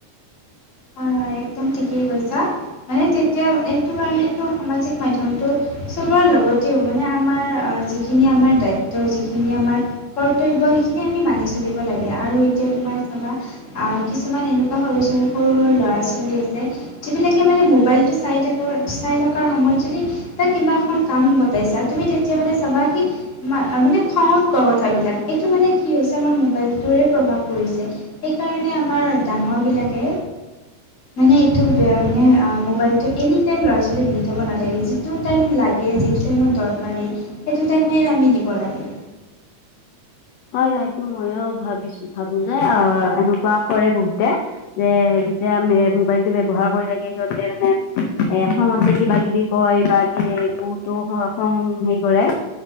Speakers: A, on the left; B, on the left.
A: হয়, হয়, একদম ঠিকেই কৈছা। মানে তেতিয়া সেইটো কাৰণেতো সামাজিক মাধ্যমটো চলোৱাৰ লগতেও মানে আমাৰ যিখিনি যিখিনি আমাৰ দায়িত্ব যিখিনি আমাৰ কৰ্তব্য সেইখিনি আমি মানিছ চলিব লাগে আৰু এতিয়া তোমাৰ চাবা কিছুমান এনেকুৱা সৰু সৰু সৰু ল'ৰা ছোৱালী আছে যিবিলাকে মানে মোবাইলটো চাই থাকোঁ চাই থকাৰ সময়ত যদি তাক কিবা এখন কাম গতাইছা তুমি তেতিয়া মানলে চাবা সি মানে খঙত কয় কথাবিলাক এইটো মানে কি হৈছে আমাৰ মোবাইলটোৰে প্ৰভাৱ পৰিছে। সেইকাৰণে আমাৰ ডাঙৰ বিলাকে
B: <inaudible>
A: মানে এইটো মানে মোবাইলতটো, এনি টাইম ল'ৰা ছোৱালীক দি থ'ব নালাগে। যিটো টাইম লাগে, যিটো টাইম দৰকাৰী সেইটো টাইমেই আমি দিব লাগে।
B: হয় হয়টো, মইও ভাবিছো ভাবো যে অ এনেকুৱা কৰে বহুতে। যে যেতিয়া আ মোবাইল টো ব্যৱহাৰ কৰি থাকে, সিহঁতে মানে এ খঙতে কিবা-কিবি, কয় বা কিবা বহুতো খং হেৰি কৰে,